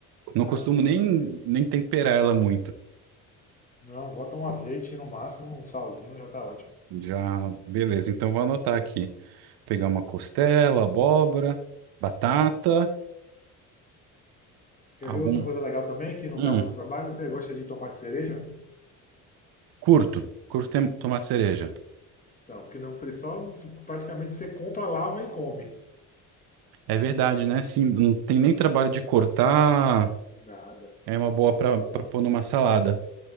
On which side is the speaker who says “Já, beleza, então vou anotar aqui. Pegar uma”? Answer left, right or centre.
Right